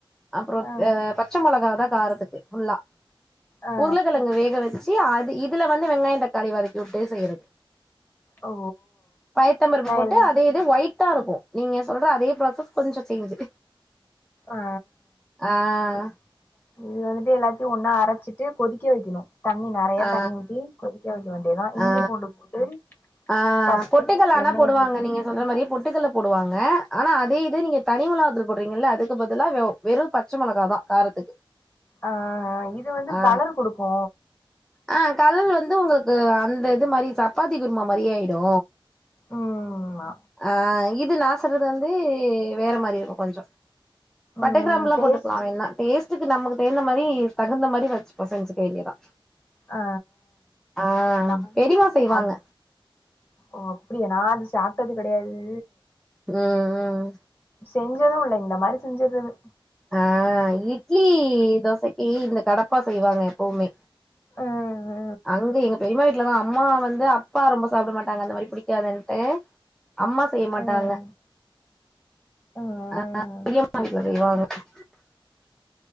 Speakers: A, in the centre; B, on the left (about 25°).
A: அப்றோ
B: ஆ
A: அ பச்ச மொளகாதா காரத்துக்கு ஃபுல்லா
B: ஆ
A: உருளக்கெழங்க வேக வச்சி அது இதுல வந்து வெங்காயந் தக்காளி வதக்கி வுட்டே செய்யறது
B: ஓ
A: பயித்தம்பருப்பு
B: நா
A: போட்டு
B: எல்
A: அதே இது ஒயிட்டாருக்கு நீங்க சொல்ற அதே ப்ராசஸ் கொஞ்சோ சேஞ்சு
B: ஆ
A: ஆ
B: இப் இது வந்துட்டு எல்லாத்யு ஒன்னா அரச்சிட்டு கொதிக்க வெக்கிணு தண்ணி நெறையத்
A: ஆ
B: தண்ணி ஊத்தி கொதிக்க வெக்க வேண்டியதா இஞ்சி
A: ஆ
B: பூண்டு போட்டு
A: ஆ
B: ஃபர்ஸ்ட்டும்
A: பொட்டுக்கல்ல ஆனா
B: எண்ணெய
A: போடுவாங்க
B: ஊத்தி
A: நீங்க சொல்ற மாரியேப் பொட்டுக்கல்லப் போடுவாங்க ஆனா அதே இது நீங்க தனிமிளகாத்தூள் போட்றீங்க இல்ல அதுக்கு பதிலா வே ஓப் வெறு பச்ச மொளகாதா காரத்துக்கு
B: ஆ ஆ இது வந்து
A: ஆ
B: கலர் குடுக்கு
A: ஆ கலர் வந்து உங்குளுக்கு அந்த இது மாரி சப்பாத்தி குருமா மாரியே ஆயிடு
B: ம் ம் மா
A: ஆ இது நா சொல்றது வந்து வேற மாரி இருக்கு கொஞ்சோ பட்ட
B: ம்
A: கிராம்லா
B: டேஸ்ட்
A: போட்டுக்லா வேண்ணா டேஸ்ட் ஸ்ட்டுக்கு நமக்கு தேகுந்த மாரி தகுந்த மாரி வச்சுபோ செஞ்சுக்க வேண்டியேதா
B: ஆ
A: ஆ
B: நா
A: பெரிமா செய்வாங்க
B: அது ஓ அப்டியா நா அது சாப்டது கெடையாது
A: ம் ம்
B: செஞ்சது இல்ல இந்த மாரி செஞ்சர்றது
A: அ இட்லி தோசைக்கி இந்தக் கடப்பா செய்வாங்க எப்பவுமே
B: அ அ
A: அங்க எங்க பெரிமா வீட்லதா அம்மா வந்து அப்பா ரொம்ப சாப்ட மாட்டாங்க அந்த மாரி புடிக்காதுன்ட்டே அம்மா செய்ய மாட்டாங்க
B: ம் ம்
A: ஆ பெரியம்மா வீட்ல செய்வாங்க <unintelligible>